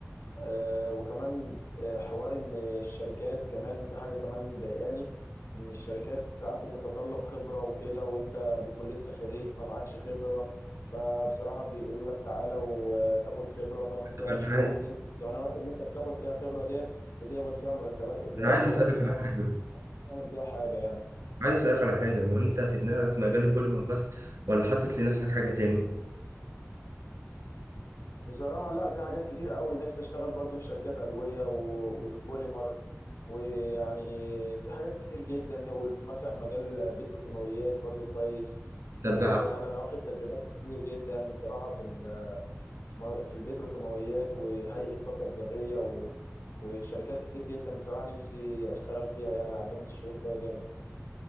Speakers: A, on the left; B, on the right.
A: آه، وكمان آه، حوار ان الشركات كمان في حاجه كمان ضايقاني ان الشركات ساعات بتتطلب خبره وكده وانت بتكون لسه خريج فمعكش خبره فبصراحه بيقولوا لك تعالى وتاخد خبره فانت
B: طب
A: الشهور
B: انا عايز
A: اللي انت السنوات اللي انت بتاخد فيها خبره ديت بتقبض فيها مرتبات قليله
B: انا عايز اسالك
A: وكده
B: على حاجه
A: تعمل بيها حاجه يعني
B: عايز اسالك على حاجه هو انت في دماغك مجال البوليمر بس ولا حاطط لنفسك حاجه تاني؟
A: بصراحة لا في حاجات كتير قوي نفسي اشتغل برضو في شركات أدوية و- والبوليمر ويعني في حاجات كتير جدا مثلا مجال بتروكيماويات برضو كويس
B: طب
A: وكده يعني انا واخد تدريبات كتير جدا بصراحة في ال- في مو- في البتروكيماويات وهيئة الطاقة الذرية و- وشركات كتير جدا بصراحة نفسي اشتغل فيها يعني عجبني الشغل فيها جامد